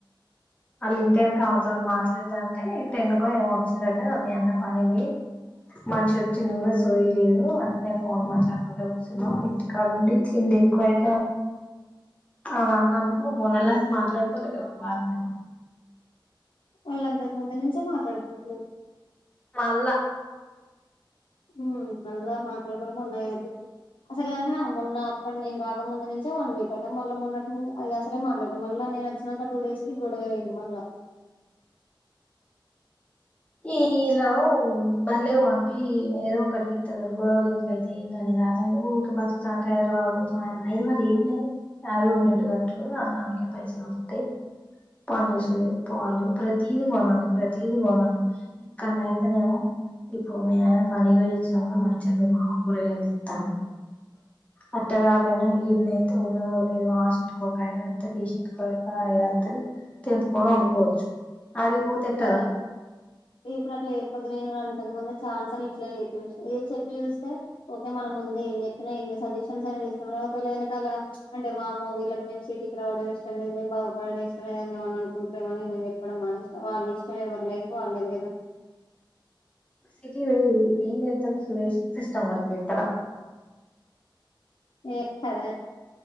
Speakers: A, on the left (about 15°); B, on the left (about 80°).
A: వాళ్ళ ఇంటేం కావదు అని మాట్లాడతా అంటే టెన్నుకో ఏమ వచ్చిందట మీ అన్న పని పో మనిషి వచ్చింది కూడా సోయలేదు అట్నే ఫోన్ మాట్లాడుకుంటడా కూర్చున్నాం ఇంటికాడండి తిండి ఎక్కువై కా అ నన్ను అనుకో మొన్నటి దాకా మాట్లాడుకోవలే ఎవరు వారం రోజు
B: వాళ్ళంతకు ముందు నుంచే మాట్లాడుకుంటలేరు
A: మళ్ళ
B: ఉమ్ మళ్ళా మాట్లాడుకోవడం ఉన్నాయిటు అసలే మొన్న అప్పడు నేను రాకముంది నుంచే వన్ వీక్ అట్ట మళ్ళా మొన్నట్ నుండి అది అసలే మాట్లాడుకోం మళ్ళా నేను వచ్చినాక టూ డేస్ కి గొడవ అయింది మళ్ళా
A: ఈ ఇలా బల్లేె పంపి ఏదో ఒకటికి గొడవలు ఎందుకైతే ఏందని రా ఊరికి బతుకుతానికి ఐదవా ఐదవాలు ఏ ఉన్నాయి ఆ రూమ్ ఎండు కట్టడు ఆ దానికే పైసలు వడతాయి పని చేసులే పోలే ప్రతీది కొనాలి ప్రతీది కొనాలి ఇక్కడన అయితే నేము ఇప్పుడు మీ ఆయన పనికి వయిచ్చినా కూడా మంచిగా మీ మామ కూర వెదిస్తాను అట్టగా పయినా ఈన్న అయితే ఉన్నదో లేదో ఆ చెట్టుకో ఒక అగస్తది ఈ చెట్టుకో అగస్తది తెంపుకని వండుకోవచ్చు అడిగి పోతే ఎటార
B: కదా ఇప్పుడు అట్లా చెయిపోతుద్దు నేను అంతకు ముందు ఛాన్స్ ఇట్లా చె చూ ఏ చెప్పి చూస్తే ఓకే మనం ముందు ఏం చెప్పినా ఎన్ని సజెషన్స్ అ ఒకవేళ వెనకాల అంటే వాముమో వీళ్ళకి మేము సిటీకి రావడం ఇష్టం లేదు మేము బాగుపడడం ఇష్టం లేదని ఏమని అనుకుంటారేమో అని న చెప్పడం మనే వాళ్ళ ఇష్టం ఎవరి లైఫ్ వాళ్ళది కదా
A: సిటీ వై ఏం ఎస్త సుల్యూషన్ సిస్టమ్ వర్క్ చేస్తడ
B: ఏక్కదే